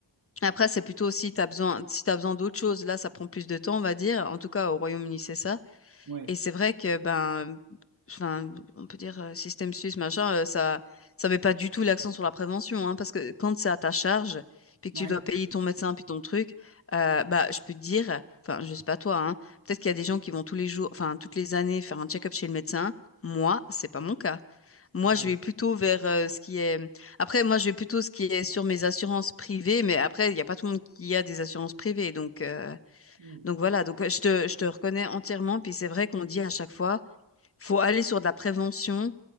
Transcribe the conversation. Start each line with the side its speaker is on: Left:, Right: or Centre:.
Left: Après, c'est plutôt si tu as besoin, si tu besoin d'autre chose. Là, ça prend plus de temps, on va dire. En tout cas, au Royaume-Uni, c'est ça.
Right: Ouais,
Left: Et c'est vrai que, ben, enfin, on peut dire euh, système suisse, machin, euh, ça, ça met pas du tout l'accent sur la prévention, hein, parce que quand c'est à ta charge, puis que
Right: ouais.
Left: tu dois payer ton médecin, puis ton truc, euh, bah, je peux te dire, enfin, je sais pas toi, hein, peut-être qu'il y a des gens qui vont tous les jours, enfin, toutes les années faire un check-up chez le médecin. Moi, c'est pas mon cas. Moi,
Right: Ah
Left: je vais plutôt vers euh, ce qui est. Après, moi, je vais plutôt ce qui est sur mes assurances privées, mais après, il n'y a pas tout le monde qui a des assurances privées, donc. euh,
Right: ouais.
Left: donc voilà, donc euh, je te, je te reconnais entièrement. Puis c'est vrai qu'on dit à chaque fois, faut aller sur de la prévention